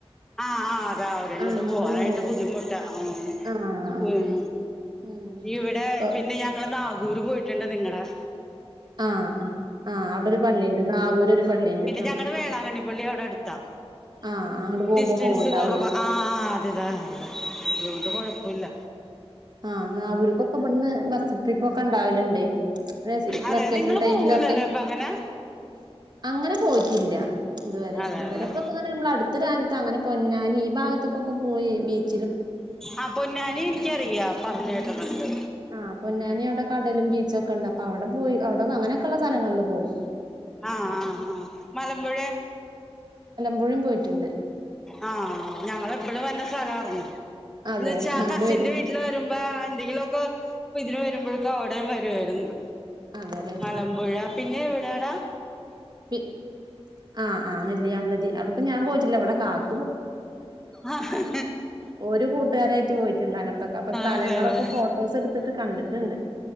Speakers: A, in the centre; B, on the right (about 45°).
A: ആഹ ആ് അതാവരങ്ങോട്ട്
B: ആഹ്
A: പോവാനായിട്ട്
B: അങ്ങോട്ടൊന്നും പോയിട്ടില്ല
A: ബുദ്ധിമുട്ടാ ആആ
B: ആഹ് ആഹ്
A: ഉം
B: ഉം
A: ഇവിടെ
B: ഇപ്പൊ
A: പിന്നെ ഞങ്ങൾ ടൂർ പോയിട്ടുണ്ടോ നിങ്ങളടെ
B: ആ ആ ആ് അവിടെ ഒരു പള്ളിയുണ്ട് നാവൂര് ഒരു പള്ളിയുണ്ട് ആഹ്
A: ഞങ്ങളടെ വേളാങ്കണ്ണി പള്ളി അവിടെ എടുത്താ
B: ആഹ് അങ്ങോട്ട് പോകുമ്പോ
A: ഡിസ്റ്റൻസ്
B: പോവുണ്ടാവൂലേ
A: കുറവാ ആ അതെ അതുകൊണ്ട് കുഴപ്പമില്ല
B: ആഹ നാവൂർക്കൊക്കെ ഇവിടന്ന് ബസ് ട്രിപ്പൊക്കെ ഉണ്ടാവലുണ്ടേ
A: അതെ
B: വെക്കേഷൻ
A: നിങ്ങള്
B: ടൈമിലൊക്കെ
A: പോവൂലല്ലേ അപ്പൊ അങ്ങനെ
B: അങ്ങനെ പോയിട്ടില്ല ഇതുവരെ
A: അതെല്ലേ
B: ഇവരെപ്പൊക്കെ അങ്ങനെ നമ്മുടെ അടുത്ത രാജ്യത്ത് അങ്ങനെ പൊന്നാനി ഈ ഭാഗത്തൊക്ക ഒക്കെ പോയി ബീച്ച്
A: ആ പൊന്നാനി എനിക്കറിയാം പറഞ്ഞകേട്ടിട്ടുണ്ട്
B: ആഹ് പൊന്നാനി അവിടെ കടലും ബീച്ചൊക്കെ ഉണ്ട് അപ്പ അവിടെ പോയി അവിടെ അങ്ങനൊക്കെയള്ള സ്ഥലങ്ങളിൽ പോകും
A: ആഹ ആഹ് ആഹ് മലമ്പുഴ
B: എപ്പോഴും പോയിട്ടുണ്ട്
A: ആഹ ഞങ്ങൾ എപ്പോഴും വന്ന സ്ഥലായിരുന്നു.
B: അതെ
A: എന്നുവെച്ചാ ആ
B: അങ്ങോട്ട്
A: കസിന്റെ
B: വരും
A: വീട്ടിൽ വരും ഇപ്പാ എന്തെങ്കിലുമൊക്കെ ഇതിന് വരുമ്പോക്കെ അവിടെയും വരുമായിരുന്നു
B: അതെല്ലേ
A: മലമ്പുഴ പിന്നെ വെ യെടാ
B: പി ആഹ് ആഹ് നെല്ലിയാമ്പതി അവിടെയിപ്പം ഞാൻ പോയിട്ടില്ല ഇവിടെ ക
A: ആഹ്
B: ഒരു കൂട്ടുകാരായിട്ട് പോയിട്ടുണ്ട് അങ്ങോട്ടൊക്കെ അപ്പൊ സ്ഥലങ്ങളൊക്കെ
A: അതെയല്ലേ
B: ഫോട്ടോസ് എടുത്തിട്ട് കണ്ടിട്ടുണ്ട്